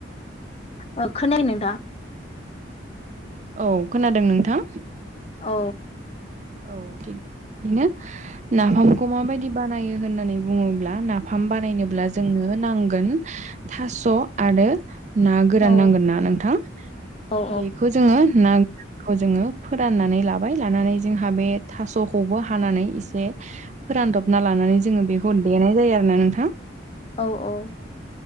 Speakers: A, on the left (about 30°); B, on the right (about 35°).
A: औ खोनायो नोंथां
B: औ खोनादों नोंथां।
A: औ।
B: औ थिग बेनो नाफामखौ माबायदि बानायो होननानै बुङोब्ला नाफ फाम बानायनोब्ला जोंनो नांगोन थास' आरो ना गोरान
A: औ
B: नांगोन ना नोंथां
A: औ
B: बेखौ जोङो नाखौ जोङो फोराननानै लाबाय लानानै जोंहा बे थास'खौबो हानानै एसे फोरानदबना लानानै जोङो बेखौ देनाय जायो आरो ना नोंथां ।
A: औ औ।